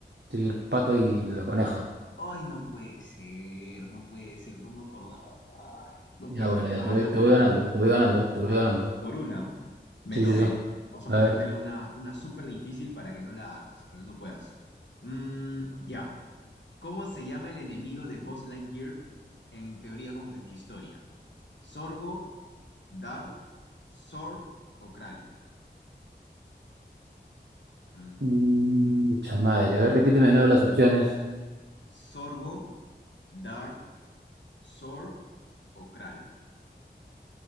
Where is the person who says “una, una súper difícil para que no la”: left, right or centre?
Left